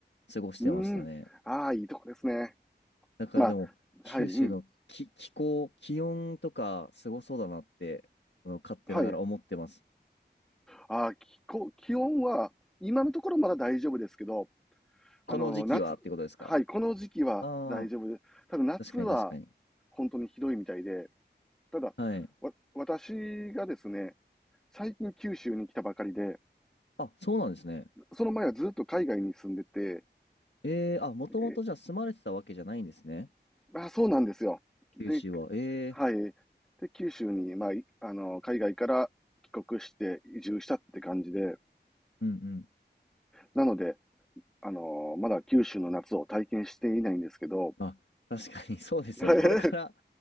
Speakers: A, on the left; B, in the centre.
A: 過ごしてましたね。
B: ーん。ああ、いいとこですね。
A: だからでも、
B: まあ、
A: 九州の気、
B: はい。うん。
A: 気候、気温とかすごそうだなって、あの、勝手ながら思ってます。
B: はい。あーきこ気温は、今のところまだ大丈夫ですけど、
A: この時期はってことですか
B: あの、夏、はい、この時期は大丈夫で、
A: ああ
B: ただ夏は
A: ー、確かに確かに。
B: 本当にひどいみたいで、ただ、
A: はい。
B: わ、私がですね、最近九州に来たばかりで、
A: あ、そうなんですね。
B: その前はずっと海外に住んでて、
A: ええあ、もともとじゃあ住まれてたわけじゃないんですね。
B: えあ、そうなんですよ。
A: 九州は。
B: で、
A: ええ
B: はい。で、九州に、まあ、いあの、海外から帰国して移住したって感じで、
A: うんうん。
B: なので、あの、まだ九州の夏を体験していないんですけど、
A: あ、確かにそうですよね。
B: はい。
A: これから、
B: <laughs>